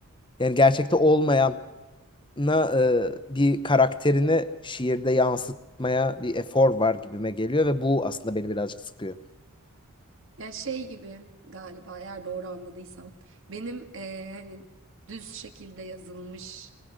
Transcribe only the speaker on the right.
Ya şey gibi galiba eğer doğru anladıysam benim eee, hani düz şekilde yazılmış